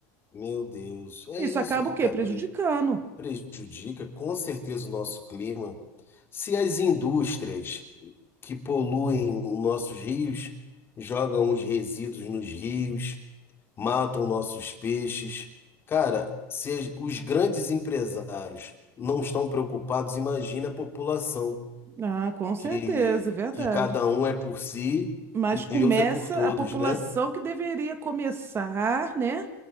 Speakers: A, on the left; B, on the right.
A: Meu Deus, é
B: Isso
A: isso
B: acaba
A: que
B: o
A: tá
B: quê? Prejudicando.
A: pre- prejudica com certeza o nosso clima. Se as indústrias que poluem os nossos rios jogam os resíduos nos rios, matam nossos peixes, cara, se as- os grandes empresários não estão preocupados, imagina a população.
B: Ah, com certeza,
A: que,
B: verdade.
A: que cada um é por si
B: Mas
A: e Deus
B: começa
A: é por todos,
B: a população
A: né?
B: que deveria começar, né,